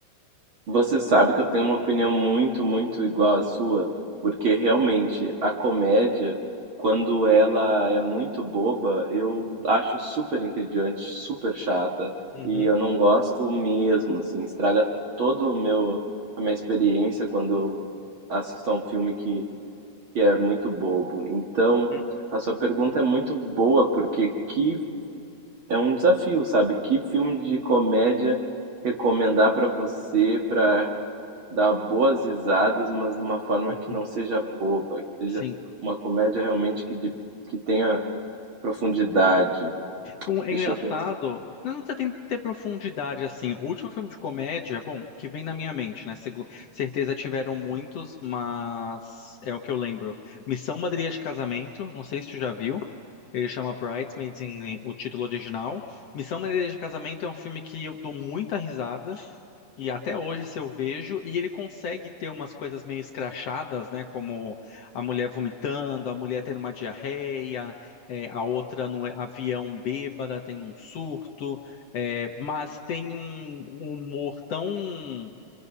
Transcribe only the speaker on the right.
Você sabe que eu tenho uma opinião muito, muito igual à sua, porque realmente a comédia, quando ela é muito boba, eu acho super entediante, super chata,
e eu não gosto mesmo, assim, estraga todo o meu a minha experiência quando eu assisto a um filme que, que é muito bobo. Então,
a sua pergunta é muito boa, porque que é um desafio, sabe? Que filme de comédia recomendar para você para Dar boas risadas, mas de uma forma
que não seja boba, que seja
uma comédia realmente que, dif- que tenha profundidade.
Deixa
eu pensar.